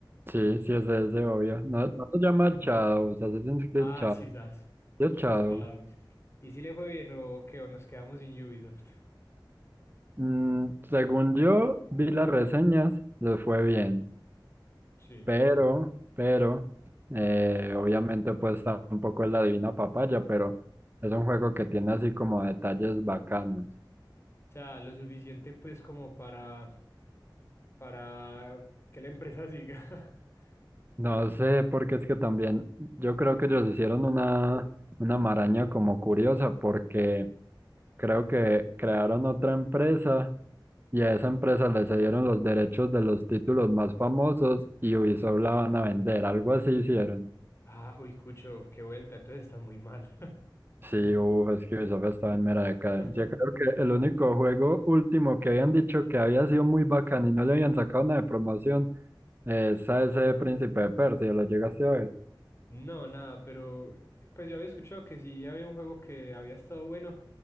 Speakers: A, on the right; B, on the left.
A: sí, sí es ese, obvio. No, no se llama Shadows, Assassin's Creed
B: Ah,
A: Shadows.
B: sí, sas.
A: ¿Sí Es
B: El
A: Shadows.
B: Shadows. ¿Y si le fue bien o qué? ¿O nos quedamos sin Ubisoft?
A: Mm, según yo vi las reseñas, les fue bien.
B: Sí.
A: Pero, pero, eh, obviamente pues tampoco es la divina papaya, pero es un juego que tiene así como detalles bacanos.
B: O sea, lo suficiente pues como para para que la empresa siga. <laughs>
A: No sé, porque es que también yo creo que ellos hicieron una, una maraña como curiosa, porque creo que crearon otra empresa y a esa empresa le cedieron los derechos de los títulos más famosos y Ubisoft la van a vender, algo así hicieron.
B: Ah, uy, Cucho, qué vuelta, entonces están muy mal.
A: Sí, uff, es que Ubisoft estaba en mera decadencia.
B: <laughs>
A: Creo que el único juego último que habían dicho que había sido muy bacán y no le habían sacado una de promoción es a ese Príncipe de Persia, ¿lo llegaste a ver?
B: No, nada, pero eh, pues yo había escuchado que sí había un juego que había estado bueno